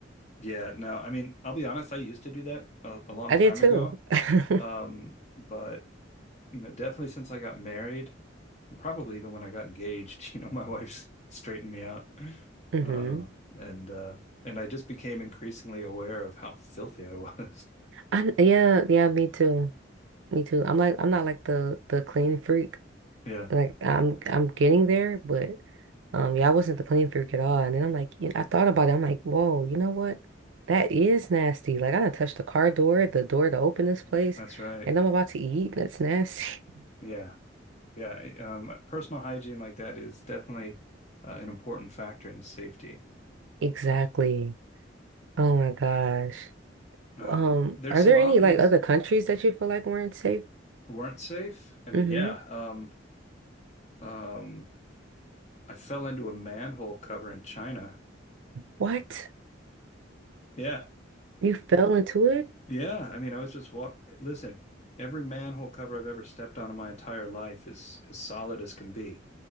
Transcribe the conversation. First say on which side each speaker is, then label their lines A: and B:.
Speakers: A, on the left; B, on the right.
A: Yeah, no, I mean, I'll be honest, I used to do that a, a long
B: I
A: time
B: did too.
A: ago.
B: <laughs>
A: Um, but you know, definitely since I got married, probably even when I got engaged, <laughs> you know, my wife's straightened me out.
B: hmm
A: Uh, and uh, and I just became increasingly aware of how filthy I was. <laughs>
B: I yeah, yeah, me too. Me too. I'm like I'm not like the the clean freak.
A: Yeah,
B: Like I'm I'm getting there, but um yeah, I wasn't the clean freak at all. And then I'm like, you I thought about it. I'm like, whoa, you know what? That is nasty. Like I done touched the car door, the door to open this place,
A: that's right.
B: and I'm about to eat. That's nasty. <laughs>
A: Yeah. Yeah. Um, personal hygiene like that is definitely uh, an important factor in safety.
B: Exactly. Oh my gosh.
A: Uh,
B: Um,
A: there's
B: are
A: some
B: there
A: obvious
B: any like other countries that you feel like weren't safe?
A: weren't safe. I mean,
B: Mm-hmm.
A: yeah. Um, um, I fell into a manhole cover in China. <laughs>
B: What?
A: Yeah.
B: You fell into it?
A: Yeah, I mean, I was just walk. Listen, every manhole cover I've ever stepped on in my entire life is as solid as can be.